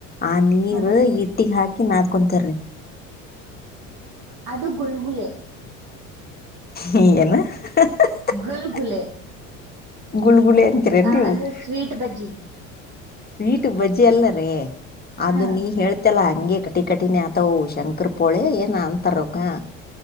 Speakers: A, on the left (about 25°); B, on the right (about 55°).
A: ಆ ನೀರ್
B: ಹ
A: ಹಿಟ್ಟಿಗೆ, ಹಾಕಿ ನಕೊಂತರಿ... <inaudible>
B: ಅದು, ಗುಲ್ಗುಲೆ! <inaudible>
A: ಹ್ಮ, ಏನು. ಹಹಹಹಾ... <unintelligible>
B: ಗುಲ್ಗುಲೆ
A: ಗುಲ್ಗುಳೆ, ಅಂತೀರ
B: ಆ
A: ನೀವು?
B: ಅಂದ್ರೆ ಸ್ವೀಟ್ ಬಜ್ಜಿ
A: <inaudible> ಸ್ವೀಟ್, ಬಜ್ಜಿ ಅಲ್ಲರಿ,
B: ಹಾ
A: ಅದು ನೀ ಹೇಳ್ತಲ್ಲಾ? <inaudible> ಹಂಗೆ, ಕಟಿ ಕಟಿನೆ ಆತವು ಶಂಕರ್ ಪೋಳೆ ಏನೋ ಅಂತಾರೆ, ಅವರು, ಹಾ... <inaudible>